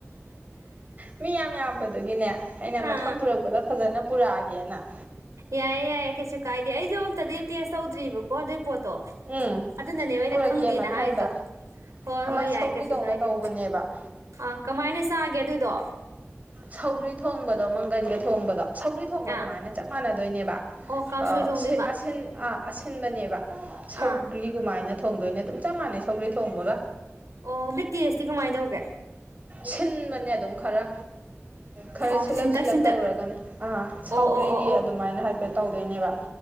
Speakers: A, on the right; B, on the right.
A: ꯃꯤ ꯌꯥꯝ ꯌꯥꯝꯕꯗꯨꯒꯤꯅꯦ ꯑꯩꯅ ꯃꯊꯪ
B: ꯑꯥ
A: ꯄꯨꯔꯛꯄꯗ ꯐꯖꯅ ꯄꯨꯔꯒꯦꯅ
B: ꯌꯥꯏ ꯌꯥꯏ ꯌꯥ ꯀꯩꯁꯨ ꯀꯥꯏꯗ ꯑꯩꯖꯣ ꯑꯣꯝ ꯇ ꯗꯦ ꯇꯤꯁ ꯁꯧꯗ꯭ꯔꯤ ꯏꯕꯛ ꯑꫭ ꯑꯗꯨꯏ ꯄꯣꯠꯇꯣ
A: ꯎꯝ
B: ꯑꯗꯨꯅꯅꯦꯕ ꯑꯩꯅ
A: ꯄꯨꯔꯛꯀꯦ
B: ꯈꯪꯗꯦꯅ
A: ꯃꯊꯪꯗ
B: ꯍꯥꯏꯗꯣ ꯍꯣꯏ
A: ꯑꯃ
B: ꯍꯣꯏ
A: ꯁꯧꯒ꯭ꯔꯤꯗꯧꯅ
B: ꯌꯥꯏ ꯀꯩꯁꯨ ꯀꯥꯏꯗꯦ
A: ꯇꯧꯕꯅꯦꯕ
B: ꯑꯥ ꯀꯃꯥꯏꯅ ꯆꯥꯒꯦ ꯑꯗꯨꯗꯣ
A: ꯁꯧꯒ꯭ꯔꯤ ꯊꯣꯡꯕꯗꯣ ꯃꯪꯒꯟꯒ ꯊꯣꯡꯕꯗꯣ ꯁꯧꯒ꯭ꯔꯤ ꯊꯣꯡꯕ
B: ꯑꯥ
A: ꯑꯗꯨꯃꯥꯏꯅ ꯆꯞ ꯃꯥꯟꯅꯗꯣꯏꯅꯦꯕ
B: ꯑꯣ ꯀꯥꯡꯁꯣꯏ
A: ꯑꯁꯤ
B: ꯊꯣꯡꯗꯣꯏꯕ
A: ꯑ ꯑꯁꯤꯟꯕꯅꯦꯕ ꯁꯧꯒ꯭ꯔꯤꯒꯃꯥꯏꯅ
B: ꯑꯥ
A: ꯊꯣꯡꯗꯣꯏꯅ ꯑꯗꯨꯝ ꯆꯞ ꯃꯥꯟꯅꯩ ꯁꯧꯒ꯭ꯔꯤ ꯊꯣꯡꯕꯒ
B: ꯑꯣ ꯃꯦꯠꯇꯦ ꯑꯁꯤꯇꯤ ꯀꯃꯥꯏꯅ ꯇꯧꯒꯦ
A: ꯁꯤꯟꯕꯅꯦ ꯑꯗꯨꯝ ꯈꯔ ꯈꯔ
B: ꯑꯣ
A: ꯁꯤꯜꯂꯞ
B: ꯁꯤꯟꯇꯛ
A: ꯁꯤꯜꯂꯞ
B: ꯁꯤꯟꯇꯛ
A: ꯇꯧꯔꯒꯅꯦ ꯑꯥ ꯁꯧꯒ꯭ꯔꯤꯒꯤ
B: ꯑꯣ ꯑꯣ ꯑꯣ ꯑꯣ
A: ꯑꯗꯨꯃꯥꯏꯅ ꯍꯥꯏꯐꯦꯠ ꯇꯧꯗꯣꯏꯅꯦꯕ